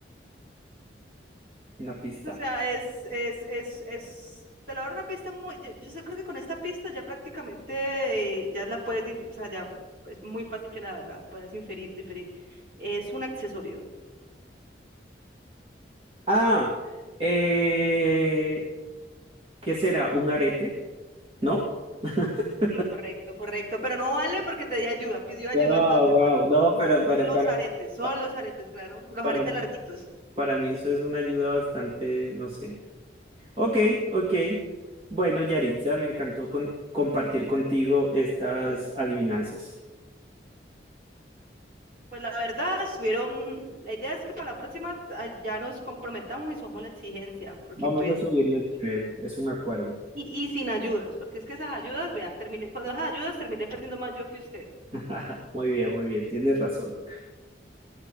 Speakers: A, on the right; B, on the right.
A: Una pista.
B: O sea, es, es, es, es, te lo voy dar una pista muy, yo, yo sé- creo que con esta pista ya prácticamente eh, ya la puedes, dif- o sea, ya es muy fácil que la, la puedas inferir, diferir. Es un accesorio.
A: Ah, eh, ¿qué será? ¿Un arete? ¿No? <laughs>
B: Sí, correcto, correcto, pero no vale porque te di ayuda, pidió ayuda,
A: Wow,
B: entonces
A: wow. No, pero
B: son
A: para,
B: los
A: para,
B: aretes, son
A: pa-
B: los aretes, claro, los
A: para
B: aretes
A: mí,
B: larguitos.
A: para mí eso es una ayuda bastante, no sé. Ok, ok. Bueno, Yaritza, me encantó con- compartir contigo estas adivinanzas.
B: Pues la verdad, estuvieron, la idea es que para la próxima ah, ya nos comprometamos y subamos la exigencia, porque
A: Vamos
B: pues
A: a subirle el nivel, es un acuerdo.
B: Y, y sin ayudas, porque es que esas ayudas, vea, terminé, cuando esas ayudas terminé perdiendo más yo que usted.
A: <laughs> Muy bien, muy bien, tienes razón.